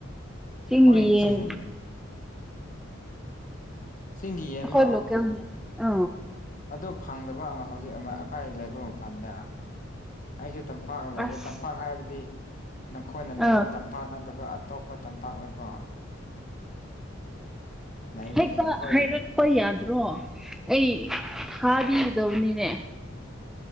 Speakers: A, in the centre; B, on the left.
A: ꯆꯤꯡꯒꯤ
B: ꯍꯣꯏ ꯆꯤꯡ
A: ꯌꯦꯟ
B: ꯆꯤꯡꯒꯤ ꯌꯦꯟꯂꯣ
A: ꯑꯈ‌ꯣꯏ ꯂ‌ꯣꯀ‌ꯦꯜꯒꯤ ꯑ
B: ꯑꯗꯨ ꯐꯪꯗꯕ ꯍꯧꯖꯤꯛ ꯑꯃ ꯑꯩꯈ꯭ꯣꯏ ꯂꯩꯕ ꯃꯐꯝꯗ ꯑꯩꯁꯨ ꯇꯝ ꯄꯥꯛꯅ ꯂꯩꯕ
A: ꯑꯁ
B: ꯇꯝꯄꯥꯛ ꯍꯥꯏꯕꯗꯤ ꯅꯪꯈꯣꯏꯅ ꯂꯩꯕ
A: ꯑꯥ
B: ꯇꯝꯄꯥꯛ ꯄꯥꯛ ꯅꯠꯇꯕ ꯑꯇꯣꯞꯄ ꯇꯝꯄꯥꯛꯅ‌ꯦ ꯀꯣ ꯂꯩꯕꯤ
A: ꯍꯩꯄꯥ
B: ꯑꯩꯈꯣꯏ
A: ꯍꯥꯏꯔꯛ ꯍꯣꯏ ꯌꯥꯗ꯭ꯔꯣ ꯑꯩ ꯊꯥꯕꯤꯒꯗ‌ꯧꯕꯅꯤꯅꯦ